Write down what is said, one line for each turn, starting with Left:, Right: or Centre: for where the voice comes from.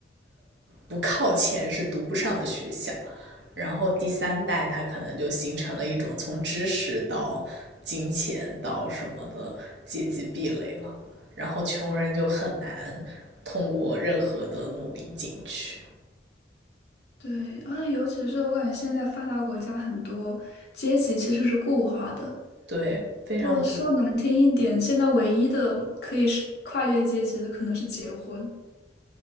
Right: 不靠钱是读不上的学校。然后第三代他可能就形成了一种从知识到金钱到什么的阶级壁垒了，然后穷人就很难通过任何的努力进去。
Left: 对，而且尤其是我感觉现在发达国家很多阶级其实是固化的。
Right: 对，非常
Left: 我说难听一点，现在唯一的可以是跨越阶级的可能是结婚。